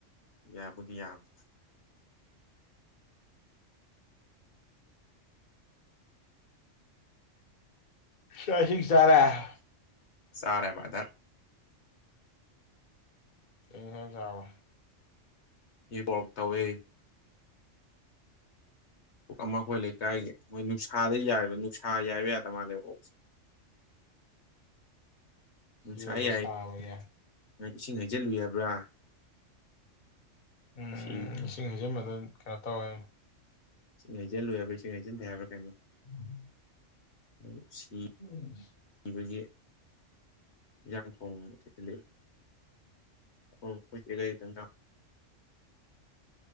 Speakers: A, on the left; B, on the left.
A: ꯌꯥꯕꯨꯗꯤ ꯌꯥꯕꯅꯦ
B: ꯆꯥꯛ ꯏꯁꯤꯡ ꯆꯥꯔꯦ꯫
A: ꯆꯥꯔꯦ ꯕꯥꯔꯗ꯭ꯔ
B: ꯀꯔꯤ ꯏꯟꯁꯥꯡ ꯆꯥꯔꯕ
A: ꯏꯄ꯭ꯔꯣꯛ ꯇꯧꯋꯦ꯫ ꯑꯣꯛ ꯑꯃ ꯑꯩꯈꯣꯏ ꯂꯩꯀꯥꯏꯒꯤ ꯃꯣꯏ ꯅꯨꯡꯁꯥꯗ ꯌꯥꯏꯕ ꯅꯨꯡꯁꯥ ꯌꯥꯏꯕ ꯌꯥꯗ ꯃꯥꯜꯂꯦꯕ ꯑꯣꯛꯁꯦ꯫ ꯅꯨꯡꯁꯥ
B: ꯁꯤꯔꯕ
A: ꯌꯥꯢꯅ
B: ꯁꯥꯕꯒꯤ
A: ꯏꯁꯤꯡ ꯍꯩꯖꯤꯜꯂꯨꯏ ꯍꯥꯏꯕ꯭ꯔꯥ
B: ꯎꯝ
A: ꯁꯤ
B: ꯏꯁꯤꯡ ꯍꯩꯖꯤꯟꯕꯗꯣ ꯀꯩꯅꯣ ꯇꯧꯋꯦ
A: ꯏꯁꯤꯡ ꯍꯩꯖꯜꯂꯨꯏ ꯍꯥꯏꯕ꯭ꯔꯥ ꯏꯁꯤꯡ ꯍꯩꯖꯟꯗꯦ ꯍꯥꯏꯕ꯭ꯔꯥ ꯀꯩꯅꯣ
B: <unintelligible>
A: ꯑꯣ ꯁꯤ <inaudible>
B: ꯎꯝ
A: ꯁꯤꯕꯒꯤ ꯏꯟꯖꯥꯡ ꯊꯣꯡꯉꯒ ꯊꯤꯜꯂꯛꯌꯦ <unintelligible>